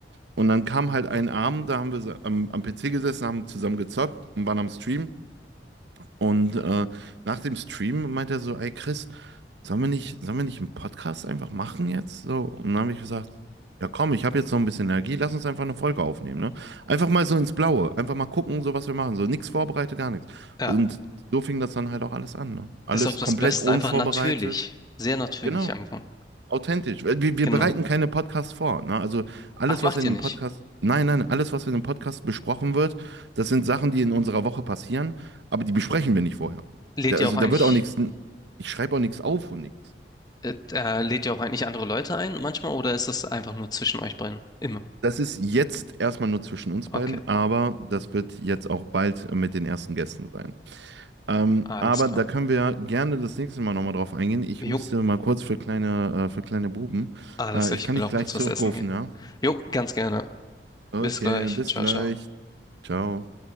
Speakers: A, on the right (about 75°); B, on the left (about 20°).
A: Und dann kam halt ein Abend, da haben wir so am, am PC gesessen, haben zusammen gezockt und waren am Stream. Und äh, nach dem Stream meint er so, ey Chris, sollen wir nicht, sollen wir nicht einen Podcast einfach machen jetzt? So, und dann habe ich gesagt, ja komm, ich habe jetzt noch ein bisschen Energie, lass uns einfach eine Folge aufnehmen, ne? Einfach mal so ins Blaue, einfach mal gucken, so was wir machen, so nichts vorbereitet, gar nichts.
B: Ja,
A: Und so fing das dann halt auch alles an, ne? Alles
B: ist auch das
A: komplett
B: Beste,
A: unvorbereitet,
B: einfach natürlich, sehr natürlich
A: genau,
B: einfach.
A: authentisch. Äh, Wir, wir
B: Genau.
A: bereiten keine Podcasts vor, ne? Also alles,
B: Ach, macht
A: was in
B: ihr
A: dem
B: nicht?
A: Podcast, nein, nein, alles, was in dem Podcast besprochen wird, das sind Sachen, die in unserer Woche passieren, aber die besprechen wir nicht vorher.
B: Lädt
A: Da, also
B: ihr auch eigentlich,
A: da wird auch nichts, ich schreibe auch nichts auf und nichts.
B: äh, äh, lädt ihr auch eigentlich andere Leute ein manchmal oder ist das einfach nur zwischen euch beiden? Immer.
A: Das ist jetzt erstmal nur zwischen uns beiden,
B: Okay,
A: aber das wird jetzt auch bald mit den ersten Gästen sein. Ähm,
B: alles
A: aber
B: klar.
A: da können wir gerne das nächste Mal nochmal drauf eingehen. Ich müsste
B: Jo,
A: mal kurz für kleine, äh, für kleine Buben.
B: Alles
A: Äh,
B: klar,
A: ich
B: ich
A: kann
B: will
A: dich
B: auch
A: gleich
B: kurz
A: zurückrufen,
B: was essen gehen.
A: ja?
B: Jo, ganz gerne.
A: Okay,
B: Bis gleich.
A: bis
B: Ciao,
A: gleich.
B: ciao.
A: Ciao.